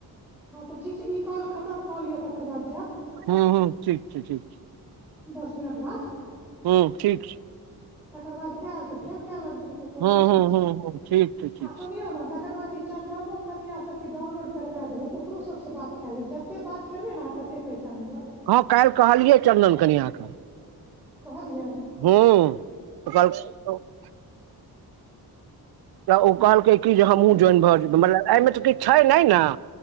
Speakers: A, in the centre; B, on the right (about 70°).
A: हँ तऽ ठीक छै ई कॉल खतम कऽ लिय तकर बाद जायब
B: हूँ हूँ ठीक छै ठीक छै
A: दस मिनट बाद
B: हूँ ठीक छै
A: तकर बाद आयब तऽ फेर काल्हि लेब दूगो कॉ
B: हूँ
A: लेब आओर
B: हूँ
A: किछै
B: हूँ हूँ ठीक छै ठीक
A: आ सुनियौ
B: छै
A: न तकर बाद ई चन्दनो कनिया सबके डाउनलोड करबा देबै ओकरो सबसँ बात कए लेब जते बात -करबै ने अहाँ तते पैसा मिलत
B: हँ काल्हि कहलियै चन्दन कनिया क
A: कहलियाय
B: हूँ त <unintelligible> तऽ ओ कहलकै कि जे हमहूँ जोइन भऽ जेबै मतलब एहिमे तऽ किछ छै नय न